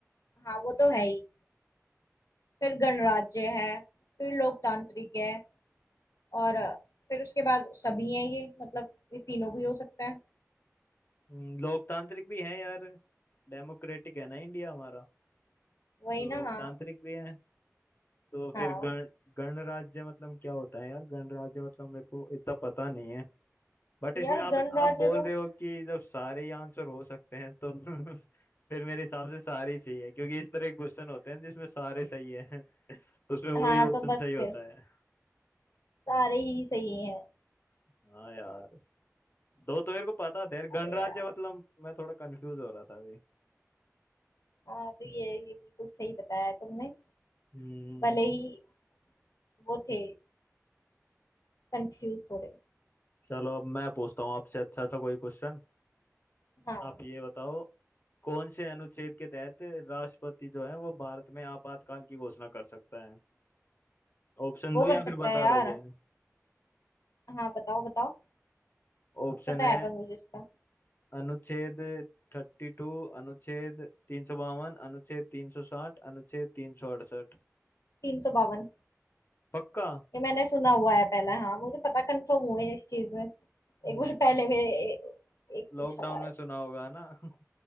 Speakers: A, on the left (about 85°); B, on the left (about 45°).
A: हाँ वो तो है ही फिर गणराज्य है फिर लोकतांत्रिक है और फिर उसके बाद सभी हैं ये मतलब ये तीनों भी हो सकते हैं
B: हम्म, लोकतांत्रिक भी है यार डेमोक्रेटिक है ना इंडिया हमारा
A: वही
B: तो लोकतांत्रिक
A: ना हाँ
B: भी है तो
A: हाँ
B: फिर गण गणराज्य मतलब क्या होता है यार गणराज्य मतलब मेरे को इतना पता नहीं है बट इसमें
A: यार
B: आप
A: गणराज्य
B: आप बोल
A: तो
B: रहे हो कि जब सारे ही आंसर हो सकते हैं तो <laughs> फिर मेरे हिसाब से सारे ही सही है क्योंकि इस तरह के क्वेश्चन होते हैं जिसमें सारे सही है <laughs> तो उसमें वही
A: हाँ
B: ऑप्शन
A: तो बस
B: सही होता
A: फिर
B: है
A: सारे ही सही हैं
B: हाँ यार दो तो मेरे को पता था यार गणराज्य
A: अरे यार
B: मतलब मैं थोड़ा कंफ्यूज हो रहा था अभी
A: हाँ तो ये ये बिल्कुल सही बताया तुमने
B: हम्म
A: भले ही वो थे कंफ्यूज थोड़े
B: चलो अब मैं पूछता हूँ आपसे अच्छा सा कोई क्वेश्चन
A: हाँ
B: आप ये बताओ कौन से अनुच्छेद के तहत राष्ट्रपति जो है वो भारत में आपातकाल की घोषणा कर सकता है ऑप्शन
A: वो
B: दूं
A: कर
B: या फिर
A: सकता
B: बता
A: है यार
B: दोगे
A: हाँ बताओ बताओ
B: ऑप्शन
A: पता
B: है
A: है पर मुझे इसका
B: अनुच्छेद थर्टी टू अनुच्छेद तीन सौ बावन अनुच्छेद तीन सौ साठ अनुच्छेद तीन सौ अड़सठ
A: तीन सौ बावन
B: पक्का
A: ये मैंने सुना हुआ है पहला हाँ मुझे पता कंफर्म हुए है इस चीज में एक
B: हम्म,
A: बार पहले मेरे ए- एक पूछा
B: लॉकडाउन
A: था
B: में सुना होगा ना <laughs>